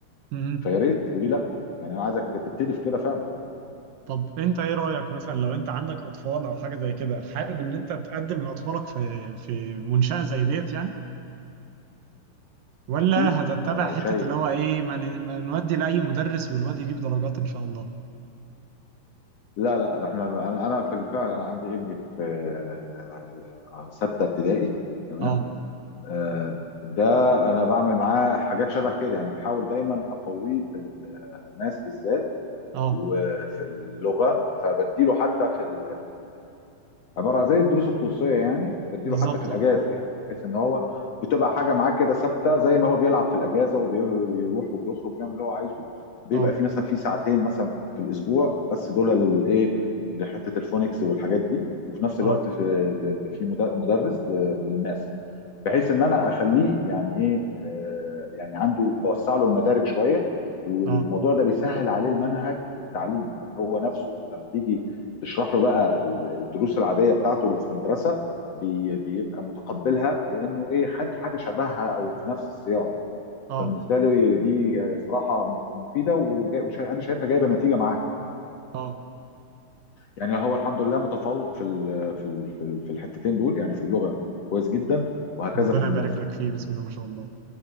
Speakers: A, on the right; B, on the left.
A: مهم.
B: فيا ريت وليه لا يعني انا عايزك تبتدي في كده فعلا
A: طب انت ايه رأيك مثلا لو انت عندك اطفال او حاجة زي كده حابب ان انت تقدم لاطفالك في في منشأة زي ديت يعني ولا
B: اكيد
A: هتتبع
B: انا لو
A: حتة
B: شايف
A: اللي هو ايه ما ن- ما نودي لأي مدرس والواد يجيب درجات ان شاء الله
B: لا لا احنا انا أنا في الفعل انا عندي ابني في آه، آه، سته ابتدائي تمام
A: اه
B: آه، ده انا بعمل معاه حاجات شبه كده يعني بحاول دايما اقويه في الماس بالذات
A: اه
B: وفي اللغه فبديله حتى في ال- في عباره عن زي الدروس الخصوصيه يعني بديله
A: بالظبط
B: حتى في الاجازه
A: اه
B: يعني بحيث ان هو بتبقى حاجه معاه كده ثابته زي ما هو بيلعب في الاجازه وبيروح وبيخرج وبيعمل اللي هو عايزه بيبقى
A: اه
B: في مثلا في ساعتين مثلا في الاسبوع بس دول للايه لحته الفونكس والحاجات دي وفي نفس
A: اه
B: الوقت في في مدر- مدرس ل- للماس بحيث ان انا اخليه يعني ايه آه، يعني عنده بوسع له المدارك شويه والموضوع
A: اه
B: ده بيسهل عليه المنهج التعليمي يعني هو نفسه لما بيجي تشرح له بقى ال- الدروس العاديه بتاعته اللي في المدرسه بي- بيبقى متقبلها لانه ايه خد حاجه شبهها او في نفس السياق
A: اه
B: فبالنسبه لي دي صراحه مفيده وانا شايفها جايبه نتيجه معاه
A: اه
B: يعني هو الحمد لله متفوق في ال- في ال- في ال- في الحتتين دول يعني في اللغه كويس جدا وهكذا
A: ربنا
B: في الماس
A: يبارك لك فيه بسم الله ما شاء الله